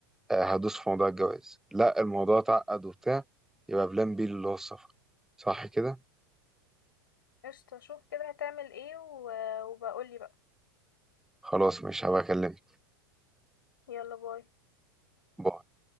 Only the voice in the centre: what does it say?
آه، هدوس في موضوع الجواز لا الموضوع اتعقد وبتاع يبقى بلان بي اللي هو السفر صح كده
خلاص مش هبقى اكلمك
باي